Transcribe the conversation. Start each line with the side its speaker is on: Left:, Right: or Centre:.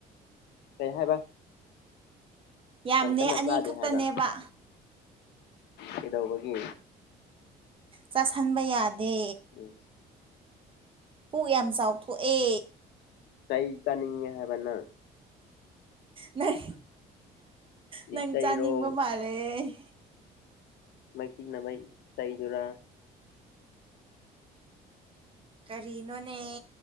Left: ꯀꯩ ꯍꯥꯏꯕ
Right: ꯌꯥꯝꯗꯦ
Left: ꯌꯥꯝ ꯀꯟꯅ
Right: ꯑꯅꯤ
Left: ꯆꯥꯗꯦ
Right: ꯈꯛꯇꯅꯦꯕ
Left: ꯍꯥꯏꯕ ꯀꯩꯗꯧꯕꯒꯤ
Right: ꯆꯥꯁꯤꯟꯕ ꯌꯥꯗꯦ
Left: ꯏꯁ
Right: ꯄꯨꯛ ꯌꯥꯝ ꯆꯥꯎꯊꯣꯛꯑꯦ
Left: ꯀꯩ ꯆꯥꯅꯤꯡꯉꯦ ꯍꯥꯏꯕ ꯅꯪ
Right: ꯅꯪ
Left: ꯂꯤꯆꯩꯔꯣ
Right: ꯅꯪ ꯆꯥꯅꯤꯡꯕ ꯃꯥꯜꯂꯦ
Left: ꯃ ꯇꯤꯅ ꯇꯥꯏꯖꯣꯔꯥ <inaudible>
Right: ꯀꯔꯤꯅꯣꯅꯦ